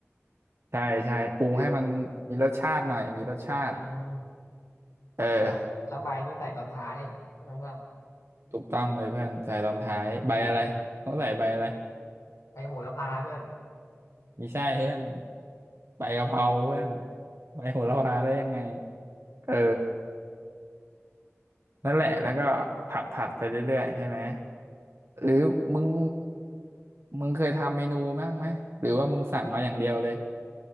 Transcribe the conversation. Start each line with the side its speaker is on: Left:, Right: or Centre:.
Right: ใช่ใช่ปรุงให้มันมีรสชาติหน่อยมีรสชาติ
Left: เสร็จอืม
Right: เออ
Left: ละละใบนี่ใส่ตอนท้ายใช่ไหม
Right: ถูกต้องเลยเพื่อนใส่ตอนท้ายใบอะไรต้องใส่ใบอะไร
Left: ไปโหระพาเพื่อน
Right: ไม่ใช่เพื่อนใบกะเพราเพื่อนใบโหระพาได้ยังไงเออนั่นแหละแล้วก็ผัดผัดไปเรื่อยๆใช่ไหมหรือมึงมึงเคยทำเมนูบ้างไหมหรือว่ามึงสั่งเอาอย่างเดียวเลย